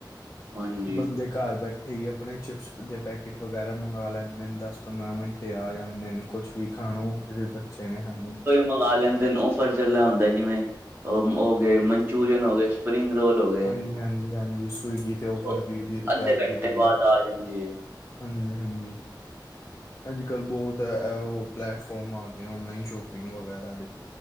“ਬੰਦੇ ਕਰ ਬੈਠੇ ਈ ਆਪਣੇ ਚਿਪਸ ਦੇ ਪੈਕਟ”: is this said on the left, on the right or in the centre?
Left